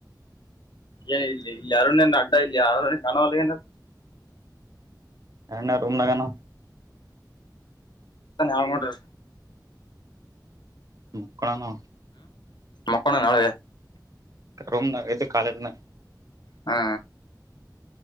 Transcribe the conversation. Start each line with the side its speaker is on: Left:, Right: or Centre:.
Left: ಏನ್ ಇಲ್ಲಿ ಇಲ್ಲಿ ಯಾರು ನಿಂಗ್ ಅಡ್ಡ ಇಲ್ಲಿ ಯಾರು ನಿಂಗ್ ಕಾಣವಲ್ಲ ಏನ
Right: ಎಣ್ಣೆ ರರೂಮ ನನಗೆ ಏನು
Left: ಅವ <unintelligible> ನೋಡ
Right: ಮಕ್ಕೊಂಡಾನವಾ
Left: ಮಕ್ಕೊಂಡಾನವಾ ಏ
Right: ರೂಮ್ನಾಗ ಇದು ಕಾಲೇಜ್ನಾಗ್
Left: ಹಾ